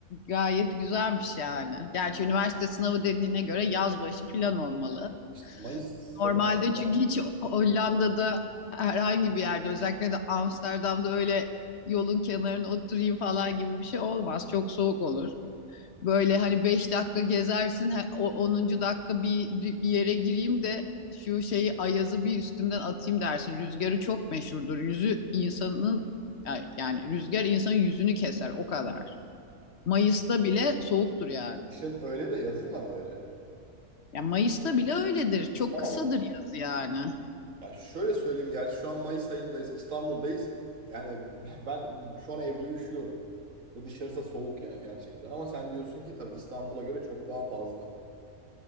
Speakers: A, on the left; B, on the right.
A: gayet güzelmiş yani. Gerçi üniversite sınavı dediğine göre yaz başı falan olmalı.
B: İşte Mayıs sonu
A: Normalde
B: falan.
A: çünkü hiç Hollanda'da herhangi bir yerde özellikle de Amsterdam'da öyle yolun kenarına oturayım falan gibi bir şey olmaz. Çok soğuk olur. Böyle hani 5 dakika gezersin, onuncu dakika bir bir yere gireyim de şu şeyi ayazı bir üstümden atayım dersin. Rüzgarı çok meşhurdur. Yüzü insanın yani rüzgar insanın yüzünü keser o kadar. Mayıs'ta bile soğuktur yani.
B: Kışın öyle de yazın da mı öyle?
A: Yani Mayıs'ta bile öyledir. Çok
B: Allah
A: kısadır yaz yani.
B: Ya şöyle söyleyeyim gerçi şu an Mayıs ayındayız, İstanbul'dayız. Yani <laughs> ben şu an evde üşüyorum. Ve dışarısı da soğuk yani gerçekten. Ama sen diyorsun ki tabii İstanbul'a göre çok daha fazla.